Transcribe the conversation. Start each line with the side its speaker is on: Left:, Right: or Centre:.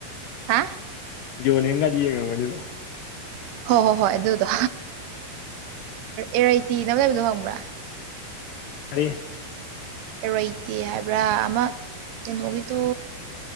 Right: ꯍꯥ
Left: ꯌꯣꯟꯅꯦꯝꯅꯗꯤ ꯌꯦꯡ ꯉꯝꯒꯅꯦꯕ
Right: ꯍꯣꯏ ꯍꯣ ꯍꯣꯏ ꯑꯗꯨꯗꯣ ꯑꯦꯔꯩꯇꯤꯅ ꯂꯩꯕꯗꯣ ꯐꯪꯕ꯭ꯔꯥ
Left: ꯍꯥꯏꯔꯤꯦ
Right: ꯏꯔꯣꯏꯇꯦ ꯍꯥꯏꯕ꯭ꯔꯥ ꯑꯃ ꯀꯩꯅꯣꯒꯤꯗꯣ